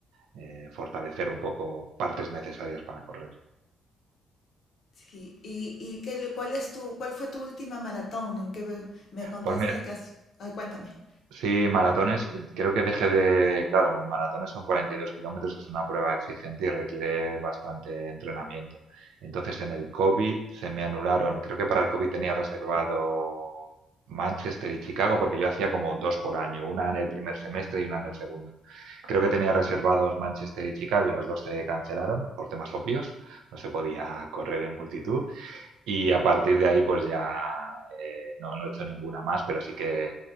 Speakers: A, on the right; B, on the left.
A: eh, fortalecer un poco partes necesarias para correr.
B: Sí, y, y qué, le- cuál es tu, cuál fue tu última maratón? ¿En qué ve- me contaste
A: Pues mira,
B: que has... ah, cuéntame.
A: sí, maratones, creo que dejé de, claro, maratones son 42 kilómetros, es una prueba exigente y requiere bastante entrenamiento. Entonces en el COVID se me anularon, creo que para el COVID tenía reservado Manchester y Chicago, porque yo hacía como dos por año, una en el primer semestre y una en el segundo. Creo que tenía reservados Manchester y Chicago y las dos se cancelaron por temas obvios, no se podía correr en multitud. Y a partir de ahí, pues ya eh, no, no he hecho ninguna más, pero sí que